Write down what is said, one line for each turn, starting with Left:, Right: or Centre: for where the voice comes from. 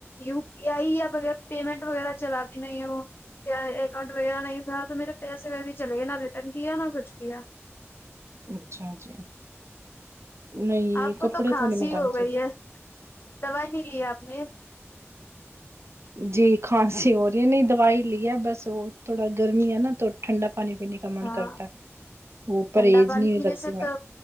Left: یو پی آئی یا پیمنٹ وغیرہ چلاتی نہیں ہو اکاؤنٹ وغیرہ نہیں تھا تو میرے پیسے ویسے چل گے نا ریٹرن کیا نہ کچھ کیا
Right: اچھا جی نہیں
Left: آپ کو
Right: کپڑے
Left: تو کھانسی
Right: نہیں منگانے
Left: ہی ہو
Right: چاہیے
Left: گئی ہے دوائی نہیں لی آپ نے
Right: جی کھانسی ہو رہی ہے نہیں دوائی لی ہے بس وہ تھوڑا گرمی ہے نا تو ٹھنڈا پانی پینے کی گھمنڈ
Left: ہاں
Right: کرتا ہے وہ پرہیز
Left: ٹھنڈا پانی
Right: نہیں
Left: پینے
Right: رکھتی
Left: سے
Right: میں
Left: تو